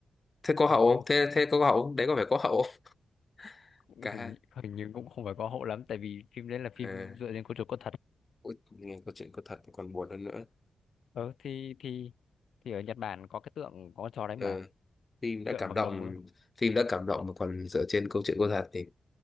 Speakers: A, on the left; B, on the left.
A: thế có
B: ờ,
A: hậu
B: ừ,
A: không thế thế có hậu không đấy có phải có hậu không <laughs>
B: cũng
A: cả
B: hình
A: hai
B: hình như cũng không phải có hộ lắm tại vì phim đấy là phim
A: à
B: dựa trên câu chuyện có thật
A: ui, nghe câu chuyện có thật còn buồn hơn nữa
B: ờ, thì thì thì ở Nhật Bản có cái tượng có con chó đấy mà
A: Ờ, phim đã
B: tượng
A: cảm
B: bằng
A: động
B: đồng luôn
A: phim đã cảm động mà còn dựa trên câu chuyện có thật thì